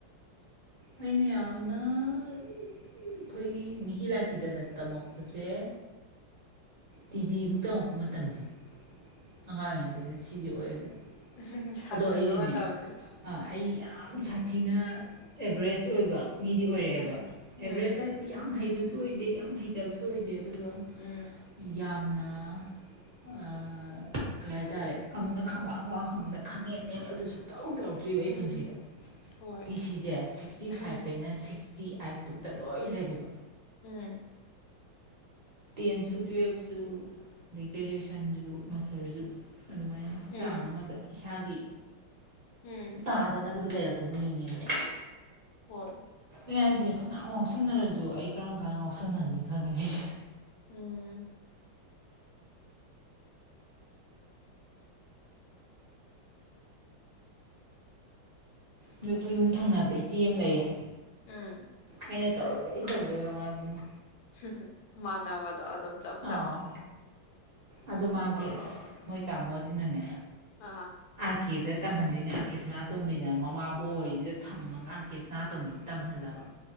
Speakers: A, on the right; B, on the left.
A: ꯑꯩꯅ ꯌꯥꯝꯅ ꯑꯩꯈꯣꯏꯒꯤ ꯃꯤꯀꯤ ꯂꯥꯏꯀꯤꯗꯅ ꯇꯝꯃꯛꯄꯁꯦ ꯇꯤ ꯖꯤꯕꯨꯛ ꯇꯝꯃꯛꯄ ꯃꯇꯝꯁꯦ ꯑꯉꯥꯡ ꯑꯣꯏꯔꯤꯉꯩꯗꯗꯤ ꯑꯩꯅ ꯁꯤꯖꯦ ꯑꯣꯏꯌꯦꯕ
B: ꯍꯨꯝ-ꯍꯨꯝ-ꯁꯥꯊꯤꯕ
A: ꯑꯗꯣ ꯑꯩꯒꯤꯅꯦ
B: ꯃꯇꯝꯅꯦ
A: ꯑꯩ ꯌꯥꯝ ꯁꯥꯊꯤꯅ ꯑꯦꯕ꯭ꯔꯦꯁ ꯑꯣꯏꯕ ꯃꯤꯗꯤ ꯑꯣꯏꯔꯛꯑꯦꯕ
B: ꯎꯝ ꯎꯝ
A: ꯑꯦꯕ꯭ꯔꯦꯁ ꯍꯥꯏꯗꯤ ꯌꯥꯝ ꯍꯩꯕꯁꯨ ꯑꯣꯏꯗꯦ ꯌꯥꯝ ꯍꯩꯇꯕꯁꯨ ꯑꯣꯏꯗꯦ ꯑꯗꯨꯒ
B: ꯎꯝ
A: ꯌꯥꯝꯅ ꯑꯑ-ꯑꯑ--ꯀꯔꯤ ꯍꯥꯏꯇꯥꯔꯦ ꯑꯃꯨꯛꯅ ꯈꯪꯋꯥꯡ ꯋꯥꯡ ꯑꯃꯨꯛꯅ ꯈꯪꯅꯦꯝꯅꯦꯝ ꯑꯗꯨ ꯁꯨꯡꯇꯧ ꯇꯧꯔꯛꯇ꯭ꯔꯤꯕ ꯑꯩ
B: ꯎꯝ
A: ꯄꯨꯟꯁꯤꯗ
B: ꯍꯣꯏ
A: ꯄꯤ ꯁꯤꯖꯦ ꯁꯤꯛꯁꯇꯤ
B: ꯎꯝ
A: ꯐꯥꯏꯚ ꯇꯩꯅ ꯁꯤ ꯁꯤꯛꯁꯇꯤ ꯑꯥꯏꯠ ꯐꯧꯛꯗ ꯂꯣꯏ ꯂꯩꯌꯦꯕ
B: ꯎꯝ
A: ꯇꯦꯟꯁꯨ ꯇꯨꯋꯦꯜꯐꯁꯨ ꯑꯗꯩ ꯒ꯭ꯔꯦꯖꯨꯑꯦꯁꯟꯁꯨ ꯃꯥꯁꯇꯔꯁꯨ ꯑꯗꯨꯃꯥꯏꯅ
B: ꯎꯝ
A: ꯆꯥꯡ ꯑꯃꯗ ꯏꯁꯥꯒꯤ
B: ꯎꯝ
A: ꯇꯥꯗꯅ ꯕꯨꯗꯤ ꯂꯩꯔꯛꯄꯥ ꯃꯤꯅꯦꯕ
B: ꯍꯣꯏ
A: ꯑꯗꯨꯅꯦ ꯍꯥꯏꯁꯤꯅꯦ ꯐꯅꯌꯥꯝ ꯉꯥꯎꯁꯟꯅꯔꯁꯨ ꯑꯩ ꯀꯔꯝ ꯀꯥꯟ ꯉꯥꯎꯁꯟꯅꯅꯤ ꯈꯪꯉꯦ ꯍꯥꯢꯁꯦ
B: ꯎꯝ
A: ꯑꯗ ꯑꯩꯈꯣꯏ ꯌꯨꯝ ꯊꯪꯅꯕꯗ ꯏꯆꯦ ꯑꯃ ꯂꯩꯌꯦ
B: ꯎꯝ
A: ꯑꯩꯅ ꯇꯧꯔꯤꯒꯩ ꯇꯧꯗꯣꯏꯕ ꯃꯥꯁꯤꯅ
B: ꯍꯨꯝ ꯍꯨꯝ ꯃꯥꯟꯅꯕꯅꯦ ꯑꯗꯨꯝ ꯆꯞ ꯆꯞ
A: ꯑꯥꯎ ꯑꯗꯣ ꯃꯥꯁꯦ ꯢꯁ ꯃꯣꯏ ꯇꯥꯃꯣꯁꯤꯅꯅꯦ
B: ꯑꯥ
A: ꯑꯥꯔ ꯀꯦꯗ ꯇꯝꯍꯟꯗꯣꯏꯅꯦ ꯑꯥꯔ ꯀꯦ ꯁꯅꯥꯇꯣꯝꯕꯤꯗ ꯃꯃꯥꯕꯨꯣꯛꯍꯣꯏꯁꯤꯗ ꯊꯝꯃꯒ ꯑꯥꯔ ꯀꯦ ꯁꯅꯥꯇꯣꯝꯕꯤꯗ ꯇꯝꯍꯜꯂꯕ